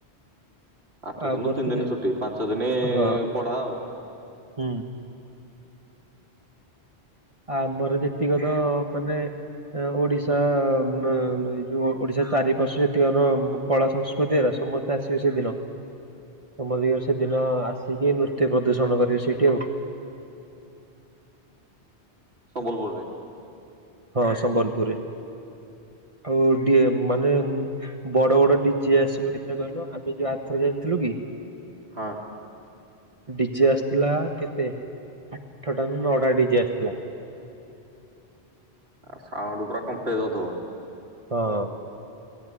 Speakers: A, on the right; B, on the right.
A: ଆଠ
B: ଆମର
A: ଦିନୁ ତିନି
B: ତ
A: ଦିନ
B: ଯେ
A: ଛୁଟି ପାଞ୍ଚ ଦିନି
B: ହଁ
A: ପଢା ଆଉ।
B: ହୁଁ। ଆମର ଯେତିକ ତ ମାନେ ଓଡିଶା ଏଯୋଉ ଓଡିଶା ଚାରିପାଶ୍ୱ ଯେତିକ ଆମର କଳା ସଂସ୍କୃତିର ସମସ୍ତେ ଆସିବେ ସେଦିନ।
A: <unintelligible>
B: ତମ ଦିଗରେ ସେଦିନ ଆସିକି ନୃତ୍ୟ ପ୍ରଦୁର୍ଶଣ କରିବେ ସେଇଠି ଆଉ।
A: ସମ୍ବଲପୁରରେ?
B: ହଁ ସମ୍ବଲପୁରରେ ଆଉ ଡିଏ ମାନେ ବଡ-ବଡ ଡିଜେ ଆସିବେ କେତେଟା କହିଲୁ, ଆମେ ଯୋଉ ଆର୍ଥର ଯାଇନଥିଲୁ କି?
A: ହଁ।
B: ଡିଜେ ଆସିଥିଲା କେତେ ଆଠଟା ନା ନଅଟା ଡିଜେ ଆସିଥିଲା।
A: ଆଉ ସାଉଣ୍ଡ ପୁରା କମ୍ପେଇ ଦଉଥବ?
B: ହଁ।